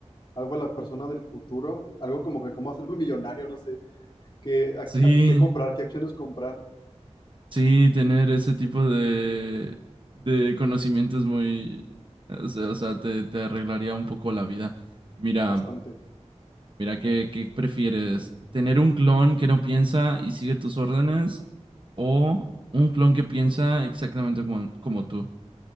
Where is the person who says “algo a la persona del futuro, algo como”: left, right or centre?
Left